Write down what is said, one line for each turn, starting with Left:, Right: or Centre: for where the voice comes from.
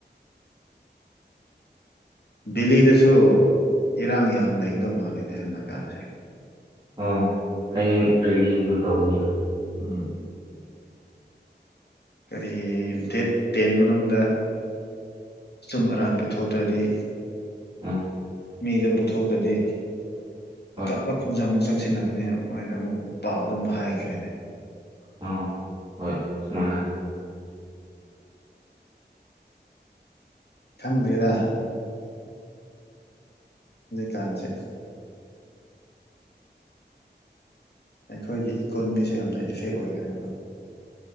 Left: ꯕꯦꯂꯤꯗꯁꯨ ꯏꯔꯥꯡ ꯌꯥꯝ ꯂꯩꯒꯗꯧ ꯃꯥꯜꯂꯦꯅꯦ ꯌꯥꯝ ꯗꯔꯀꯥꯟꯁꯦ
Right: ꯑ ꯍꯌꯦꯡ ꯔꯦꯂꯤꯒꯨꯝꯅ ꯇꯧꯅꯤ
Left: ꯎꯝ ꯀꯔꯤ ꯗꯦꯠ ꯇꯦꯟ ꯃꯅꯨꯡꯗ ꯑꯆꯨꯝ ꯑꯔꯥꯟ ꯄꯨꯊꯣꯛꯇ꯭ꯔꯗꯤ
Right: ꯎꯝ
Left: ꯃꯤꯗꯨ ꯄꯨꯊꯣꯛꯇ꯭ꯔꯗꯤ
Right: ꯍꯣꯏ
Left: ꯑꯀꯟꯕ ꯈꯣꯡꯖꯪ ꯑꯃ ꯆꯪ ꯄꯨꯁꯤꯜꯂꯛꯀꯅꯤ ꯃꯅ ꯑꯃꯨꯛ ꯄꯥꯎꯗ ꯑꯃꯨꯛ ꯍꯥꯏꯈ꯭ꯔꯦꯅꯦ
Right: ꯑ ꯍꯣꯏꯃꯥ
Left: ꯈꯪꯗ꯭ꯦꯗ ꯀꯥꯟꯁꯤ ꯑꯩꯈꯣꯏꯒꯤ ꯏꯀꯣꯅꯣꯃꯤꯁꯦ ꯌꯥꯝꯅ ꯏꯐꯦꯛ ꯑꯣꯏꯈ꯭ꯔꯦꯕ